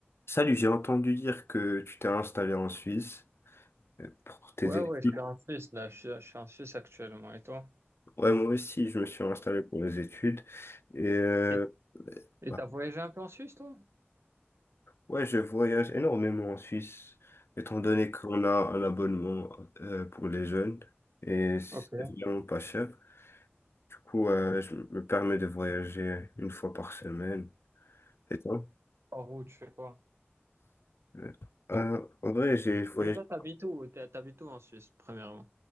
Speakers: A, on the left (about 65°); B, on the right (about 75°).
A: Salut, j'ai entendu dire que tu t'es installé en Suisse euh, pour tes
B: Ouais,
A: études.
B: ouais, je suis en Suisse, là. Je, suis je suis en Suisse actuellement. Et toi?
A: Ouais, moi aussi, je me suis installé pour les études. Et euh,
B: Et et
A: bah,
B: t'as voyagé un peu en Suisse, toi?
A: ouais, je voyage énormément en Suisse, étant donné qu'on a un abonnement euh, pour les jeunes et c'est
B: Ok.
A: vraiment pas cher. Du coup, euh, je me permets de voyager une fois par semaine. Et toi?
B: Par où, tu fais quoi?
A: Euh, euh, en vrai, j'ai voyagé.
B: Et toi, t'habites où? T'ha- T'habites où en Suisse, premièrement?